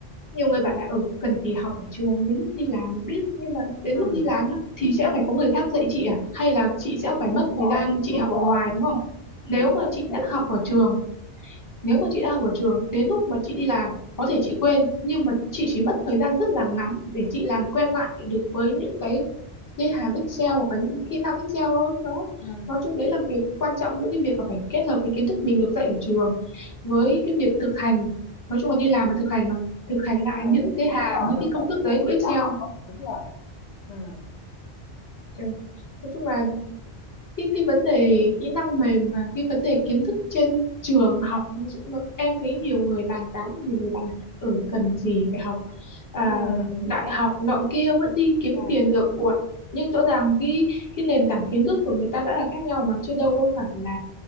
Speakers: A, on the left; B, on the left.
A: nhiều người bảo là ừ cần gì học ở trường đến lúc đi làm mới biết nhưng mà đến
B: ừm,
A: lúc đi làm nhá thì sẽ phải có người khác dạy chị à hay là chị sẽ phải
B: đúng
A: mất thời
B: rồi,
A: gian chị
B: đúng
A: học
B: rồi,
A: ở ngoài
B: đúng
A: đúng không
B: rồi,
A: nếu
B: đúng
A: mà
B: rồi,
A: chị
B: chị đồng
A: đã học
B: ý.
A: ở trường nếu mà chị đã học ở trường đến lúc mà chị đi làm có thể chị quên nhưng mà chị chỉ mất thời gian rất là ngắn để chị làm quen lại được với những cái cái hàm Excel hoặc là những kỹ năng Excel thôi đó
B: ừ
A: nói chung đấy là việc quan trọng giữa cái việc là phải kết hợp cái kiến thức mình được dạy ở trường với cái việc thực hành nói chung là đi làm mà thực hành mà thực hành
B: ừ
A: lại những cái
B: đúng
A: hàm
B: rồi,
A: những
B: đúng
A: cái công
B: rồi,
A: thức
B: những
A: đấy
B: cái
A: của
B: gì
A: Excel
B: đã học á, đúng rồi. Ừ,
A: Ừ. nói chung là cái cái vấn đề kỹ năng mềm và cái vấn đề kiến thức trên trường học ví dụ như em thấy nhiều người bàn tán nhiều người bàn là ừ, cần gì phải học à,
B: ừ, ừ,
A: đại học nọ kia vẫn đi kiếm
B: ừ,
A: tiền được Ủa, nhưng rõ ràng cái cái nền tảng kiến thức của người ta đã là khác nhau mà chứ đâu có phải là